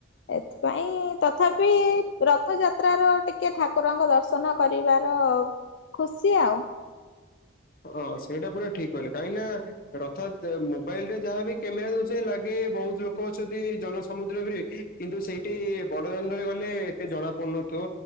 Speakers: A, on the left; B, on the left.
A: ଏଥିପାଇଁ ତଥାପି ରଥଯାତ୍ରାର ଟି ଟିକେ ଠାକୁରଙ୍କ ଦର୍ଶନ କରିବାର ଖୁସି ଆଉ।
B: ହଁ ସେଇଟା ପୁରା ଠିକ କଲେ କାହିଁକି ନା ରଥ ଯା ମୋବାଇଲ ରେ ଯାହାବି କ୍ୟାମେରା ଦୋଉଛ ଲାଗେ ବୋହୁତ ଲୋକ କହୁଚନ୍ତି ଜନ ସମୁଦ୍ର ବିରେ କିନ୍ତୁ ସେଇଠି ବଡଦାଣ୍ଡରେ ଗଲେ ଏତେ ଜଣା ପଡୁନଥିବ